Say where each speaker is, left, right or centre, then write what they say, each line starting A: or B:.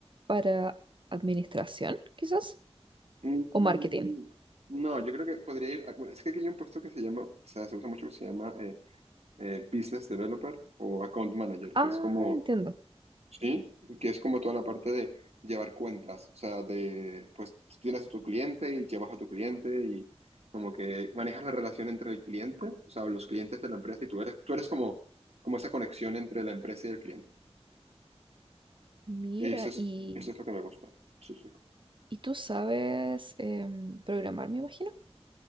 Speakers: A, on the right; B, on the right.
A: para administración, quizás,
B: Mm,
A: o marketing.
B: No, yo creo que podría ir. a- bueno, es que aquí hay un puesto que se llama, o sea, se usa mucho que se llama eh, eh, Business Developer o Account Manager,
A: Ah,
B: que es como,
A: entiendo.
B: sí, que es como toda la parte de llevar cuentas. O sea, de, pues tú tienes a tu cliente y llevas a tu cliente y como que manejas la relación entre el cliente, o sea, o los clientes de la empresa y tú eres, tú eres como, como esa conexión entre la empresa y el cliente.
A: Mira,
B: Eso es,
A: y,
B: eso es lo que me gusta. Sí, sí.
A: y tú sabes em, programar, me imagino.